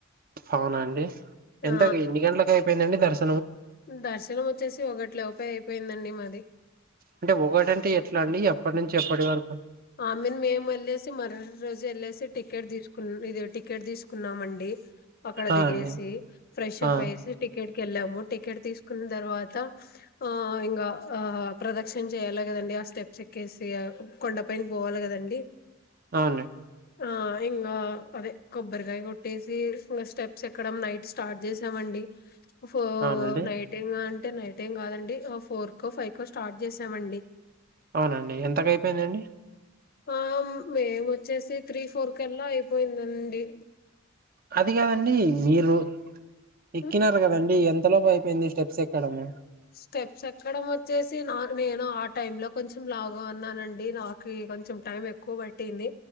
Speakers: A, on the right; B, on the left.
A: అవునా అండి
B: ఆ
A: ఎంత ఎన్ని గంటలలకు అయిపోయిందండి దర్శనం
B: దర్శనం వచ్చేసి ఒకటి లోపే అయిపోయిందండి మాది
A: అంటే ఒకటంటే ఎట్లా అండి ఎప్పటి నుంచి ఎప్పటి వరకు
B: ఆ మీన్ మేము యెళ్ళేసి మర రోజు యెళ్ళేసి టికెట్ దీసుకున్నాం ఇది టికెట్ దీసుకున్నామండి అక్కడ
A: ఆ
B: దిగేసి
A: అండి
B: ఫ్రెష్ అప్
A: ఆ
B: అయ్యెసి టికెట్ కెళ్ళాము టికెట్ తీసుకున్న తర్వాత ఆ ఇంగా ఆ ప్రదర్శన జేయాలా గదండి ఆ స్టెప్స్ యెక్కెసి కొండపైన బోవాలి గదండి
A: అవునండి
B: ఆ ఇంగా అదే కొబ్బరికాయ కొట్టేసి ఇంకా స్టెప్స్ ఎక్కడం నైట్ స్టార్ట్ జేసామండి ఫోర్
A: అవునండి
B: నైట్ ఇంగా అంటే అంటే నైట్ ఏం గాదండి ఫోర్ కో ఫైవ్ కో స్టార్ట్ జేసామండి
A: అవునండి ఎంతక అయిపోయిందండి
B: ఆ మేము వచ్చేసి త్రీ ఫోర్ కల్లా అయిపోయిందండి
A: అది గాదండి మీరు
B: హ్మ్.
A: ఎక్కినారు గదండి ఎంతలోపు అయిపోయింది స్టెప్స్ ఎక్కడము
B: స్టెప్స్ ఎక్కడం వచ్చేసి నా నేను ఆ టైం లో కొంచెం లావుగా ఉన్నానండి నాకు కొంచెం టైం ఎక్కువ పట్టింది